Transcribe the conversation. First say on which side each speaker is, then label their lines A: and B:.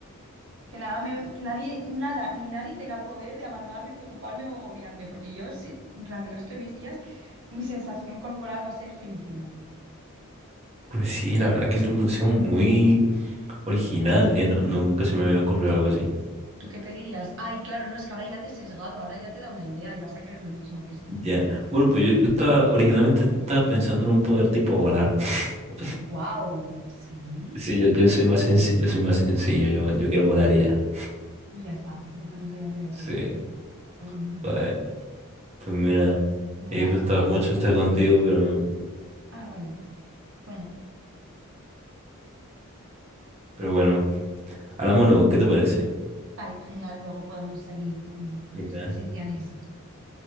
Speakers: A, on the right; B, on the right.
A: Que nada me- que nadie, nada, ni nadie tenga el poder de amargarme, preocuparme o agobiarme, porque yo, si- durante el resto de mis días, mi sensación corporal va a ser felicidad.
B: Pues sí, la verdad que es un museo muy original, ¿eh? No, nunca se me había ocurrido algo así.
A: ¿Tú qué pedirías? Ay, claro, no, es que ahora ya te he sesgado, ahora ya te da una idea y vas a creer lo mismo que sí.
B: Ya. Bueno, pues yo, yo estaba, originalmente estaba pensando en un poder tipo volar. <laughs>
A: ¡Wow! Sí.
B: Sí, yo, yo soy más sencillo, yo soy más sencillo, yo, yo quiero volar y ya.
A: Y ya está, y con eso ya serías
B: Sí.
A: feliz. Jolines.
B: Pues, pues
A: Hombre,
B: mira,
A: vo- volar
B: he disfrutado
A: mola,
B: mucho
A: lo que pasa
B: estar
A: es
B: contigo,
A: que...
B: pero,
A: Ah, bueno, bueno,
B: pero bueno, hablamos luego, ¿qué te parece?
A: vale, genial, luego podemos seguir con,
B: Venga.
A: con suposiciones.